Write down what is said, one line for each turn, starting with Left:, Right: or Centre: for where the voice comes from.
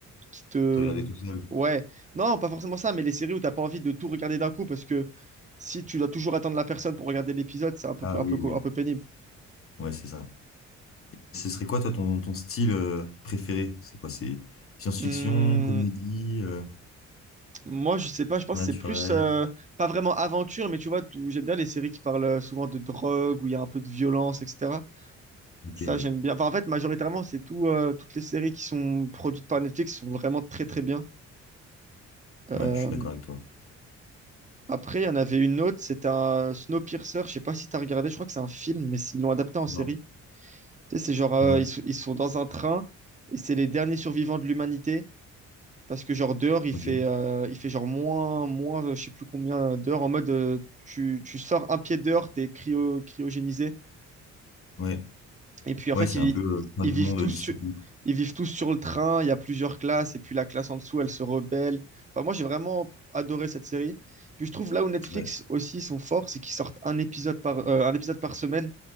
Right: qui te.
Left: Tu regardais tout seul?
Right: Ouais, non, pas forcément ça, mais les séries où t'as pas envie de tout regarder d'un coup parce que si tu dois toujours attendre la personne pour regarder l'épisode, c'est un peu,
Left: Ah
Right: un
Left: oui,
Right: peu,
Left: oui,
Right: un peu pénible.
Left: ouais, c'est ça. Ce serait quoi, toi, ton, ton style euh, préféré? C'est quoi? C'est science-fiction,
Right: Hum,
Left: comédie, euh,
Right: moi, je sais pas, je pense
Left: surnaturel?
Right: que c'est plus, euh, pas vraiment aventure, mais tu vois, tout- j'aime bien les séries qui parlent euh, souvent de drogue, où il y a un peu de violence, etc.
Left: Ok,
Right: Ça,
Left: ouais,
Right: j'aime bien. Enfin, en fait, majoritairement, c'est tout, euh, toutes les séries qui sont produites par Netflix sont vraiment très, très bien. Euh,
Left: ouais, je suis d'accord avec toi.
Right: après, il y en avait une autre, c'était un Snowpiercer, je sais pas si t'as regardé, je crois que c'est un film, mais ils l'ont adapté en série.
Left: Non.
Right: Tu sais, c'est genre, euh,
Left: Ouais,
Right: ils, sont- ils sont dans un train, et c'est les derniers survivants de l'humanité, Parce que genre dehors, il
Left: ok.
Right: fait, euh, il fait genre moins, moins, euh, je sais plus combien d'heures en mode euh, tu, tu sors un pied dehors, t'es cryo, cryogénisé.
Left: Ouais.
Right: Et puis en
Left: Ouais,
Right: fait,
Left: c'est
Right: ils,
Left: un peu euh, fin
Right: ils
Left: du
Right: vivent
Left: monde
Right: tous
Left: dystopique.
Right: sur, ils vivent tous sur le train, il y a plusieurs classes, et puis la classe en dessous, elle se rebelle. Enfin, moi, j'ai vraiment adoré cette série. Puis je trouve là où Netflix
Left: Ouais.
Right: aussi sont forts, c'est qu'ils sortent un épisode par, euh, un épisode par semaine.